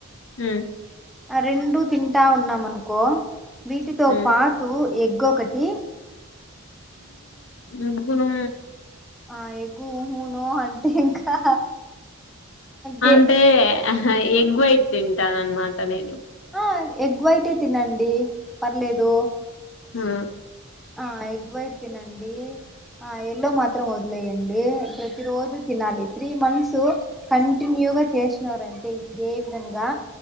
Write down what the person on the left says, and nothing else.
ఉమ్
ఉమ్
ఎగ్ నో
అంటే అహా ఎగ్ వైట్. తింటానన్నమాట నేను
హా